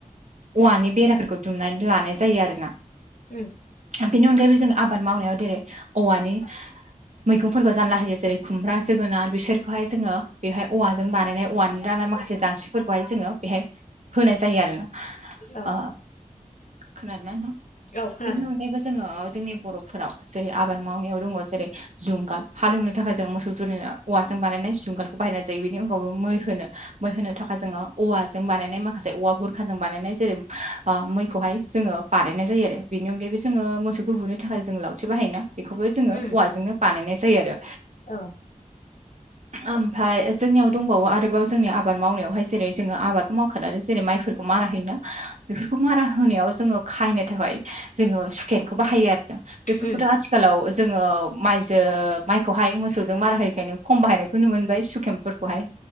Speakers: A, on the right (about 60°); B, on the left (about 65°).
A: औवानि बेराफोरखौ दुमनानै लानाय जायो आरोना।
B: उम
A: बेनि अनगायैबो जों आबाद मावनायाव देरै औवानि मैगंफोरखौ जानला होयो जेरै खुमब्रा जोगोनार बिसोरखौहाय जोङो बेवहाय औवाजों बानायनाय अवानि दाना माखासे जांसिफोरखौहाय जोङो बेहाय होनाय जायो आरोना।
B: औ
A: ओ खोनादोंना नोंथां?
B: औ खोनादों
A: बेनि अनगायैबो जोङो जोंनि बर'फोराव जेरै आबाद मावनायाव दङ जेरै जुंगाल हालेवनो थाखाय जों मोसौ जुरिनो औवाजों बानायनाय जुंगाल बाहायनाय जायो बेनि अनगाबो मै होनो मै होनो थाखाय जोङो औवाजों बानायनाय माखासे औवा बुरखाजों बानायनाय जेरै ओ मैखौहाय जोङो बानायनाय जायो आरो बेनि अनगायैबो जोङो मोसौखौ बुनो थाखाय जों लावथि बाहायोना। बेखौबो जोङो
B: उम
A: औवाजोंनो बानायनाय जायो आरो।
B: औ
A: ओमफाय जोंनियाव दंबावो आरोबाव जोंनि आबाद मावनायावहाय जेरै जोङो आबादखौ मावखानानै जेरै माइफोरखौ मारा होयोना। बेफोरखौ मारा होनायाव जोङो खायनो थाखाय जोङो सुकेनखौ बाहायो आरो बेफोरखौथ'
B: उम
A: आथि खालाव जोङो माइजो माइखौहाय मोसौजों मारा होयैखायनो खम बाहायनायखौ नुनो मोनबाय सुकेम फोरखौहाय